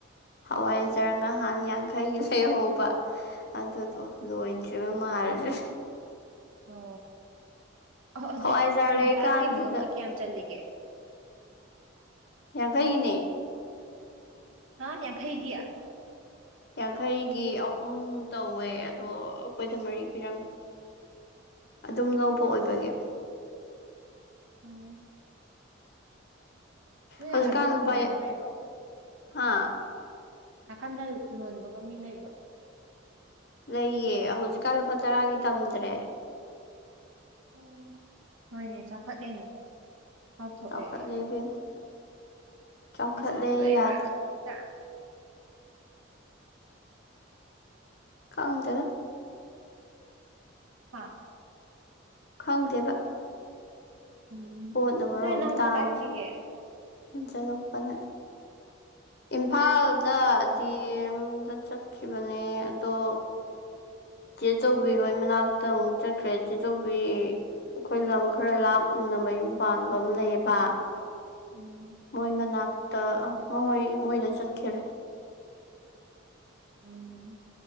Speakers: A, on the left (about 50°); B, on the right (about 85°).
A: ꯍꯋꯥꯏꯖꯔ ꯉꯥꯍꯥꯟ ꯌꯥꯡꯈꯩꯒꯤ ꯂꯩꯍꯧꯕ ꯑꯗꯨꯗꯣ ꯂꯣꯏꯗ꯭ꯔꯤꯕ ꯃꯥꯜꯂꯦ
B: ꯑꯣ ꯑꯣꯍꯣ ꯍꯧꯖꯤꯛ
A: ꯍꯋꯥꯏꯖꯥꯔ
B: ꯎꯝ
A: ꯂꯩꯔꯤꯀꯥꯟꯁꯤꯗ
B: ꯇꯔꯥꯒꯤ ꯃꯥꯌꯣꯝꯗ ꯀꯌꯥꯝ ꯆꯜꯂꯤꯒꯦ
A: ꯌꯥꯡꯈꯩꯒꯤꯅꯦ
B: ꯍꯥ ꯌꯥꯡꯈꯩꯒꯤ
A: ꯌꯥꯡꯈꯩꯒꯤ ꯑꯍꯨꯝ ꯇꯧꯋꯦ ꯑꯗꯣ ꯑꯩꯈꯣꯏꯗ ꯃꯔꯤ ꯄꯤꯔꯝꯃꯦ ꯑꯗꯨꯝ ꯂꯧꯕ ꯑꯣꯏꯕꯒꯤ
B: ꯎꯝ ꯅꯣꯏ
A: ꯍꯧꯖꯤꯛꯀꯥꯟ
B: ꯅꯥꯀꯟꯗ
A: ꯂꯨꯄꯥ
B: ꯂꯣꯟꯕ ꯂꯩꯕ꯭ꯔꯣ
A: ꯍꯥ
B: ꯅꯥꯀꯟꯗ ꯂꯣꯟꯕꯒ ꯃꯤ ꯂꯩꯕ꯭ꯔꯣ
A: ꯂꯩꯌꯦ ꯍꯧꯖꯤꯛꯀꯥꯟ ꯂꯨꯄꯥ ꯇꯔꯥꯒꯤ ꯇꯝꯗ꯭ꯔꯦ__
B: ꯎꯝ ꯍꯣꯏꯅꯦ ꯆꯥꯎꯈꯠꯂꯦꯅꯦ__ ꯀꯥꯎꯊꯣꯛꯑꯦ
A: ꯆꯥꯎꯈꯠꯂꯦ
B: ꯑꯩ
A: ꯏꯕꯦꯝ ꯆꯥꯎꯈꯠꯂꯦ
B: ꯑꯩꯁꯨ ꯀꯥꯎꯊꯣꯛꯑꯦꯕ
A: ꯌꯥꯗ꯭ꯔꯦ
B: ꯍꯦꯛꯇ__
A: ꯈꯪꯇꯦꯗ__
B: ꯍꯥ
A: ꯈꯪꯇꯦꯕ__
B: ꯎꯝ
A: ꯄꯣꯠꯅ ꯃꯔꯣꯝ
B: ꯅꯣꯏ ꯅꯅꯥꯎꯄꯥ
A: ꯑꯝ ꯇꯥꯡꯕꯁꯨꯝ
B: ꯀꯥꯏ ꯆꯠꯈꯤꯒꯦ
A: ꯍꯦꯟꯖꯜꯂꯛꯄꯅꯦ__ ꯏꯝꯐꯥꯜꯗ ꯗꯤ ꯑꯦꯝꯗ ꯆꯠꯈꯤꯕꯅꯦ ꯑꯗꯣ__ ꯆꯦꯆꯧꯕꯤ ꯍꯣꯏ ꯃꯅꯥꯛꯇ ꯑꯃꯨꯛ ꯆꯠꯈ꯭ꯔꯦ ꯆꯦꯆꯧꯕꯤ__ ꯑꯩꯈꯣꯏ ꯂꯝ ꯈꯔ ꯂꯥꯞꯅ ꯃꯌꯨꯝ ꯄꯥꯟꯕ ꯑꯝ ꯂꯩꯌꯦꯕ__
B: ꯎꯝ
A: ꯃꯣꯏ ꯃꯅꯥꯛꯇ ꯃꯣꯏ ꯃꯣꯏꯗ ꯆꯠꯈꯤꯔꯦ__
B: ꯎꯝ